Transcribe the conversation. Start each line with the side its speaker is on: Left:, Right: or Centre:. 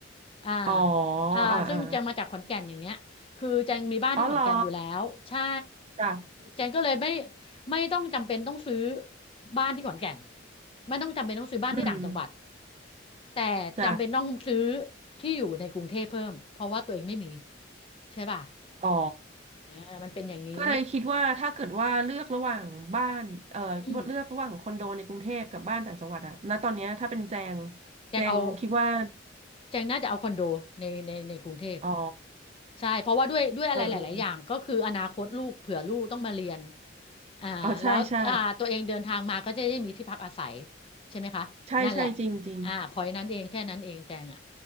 Left: อ่า
Right: อ๋อ
Left: อ่าซึ่งแจงมาจากขอนแก่นอย่างเงี้ยคือแจงมีบ้านที่ขอนแก่นอยู่แล้วใช่
Right: อ่าอ่าอ๋อเหรอจ้ะ
Left: แจงก็เลยไม่ไม่ต้องจำเป็นต้องซื้อบ้านที่ขอนแก่นไม่ต้องจำเป็นต้องซื้อบ้านที่ต่างจังหวัด
Right: อืม
Left: แต่จำเป็นต้องซื้อ
Right: จ้ะ
Left: ที่อยู่ในกรุงเทพเพิ่มเพราะว่าตัวเองไม่มีใช่ป่ะ
Right: อ๋อ
Left: อ่ามันเป็นอย่างนี้
Right: ก็เลยคิดว่าถ้าเกิดว่าเลือกระหว่างบ้านเอ่อเลือกระหว่างคอนโดในกรุงเทพกับบ้านต่างจังหวัดอะณตอนเนี้ยถ้าเป็นแจง
Left: อืมแจงเอา
Right: แจงคิดว่า
Left: แจงน่าจะเอาคอนโดในในในกรุงเทพ
Right: อ๋อ
Left: ใช่เพราะว่าด้วยด้วยอะไรหลายๆอย่างก็คืออนาคตลูกเผื่อลูกต้องมาเรียน
Right: เออเออ
Left: อ่าแล้วอ่าตัวเองเดินทางมาก็จะได้มีที่พักอาศัย
Right: อ๋อใช่ใช่
Left: ใช่ไหมคะนั่นแหละ
Right: ใช่ใช่จริงจริง
Left: อ่าพอยนั้นเองแค่นั้นเองแจงอ่ะ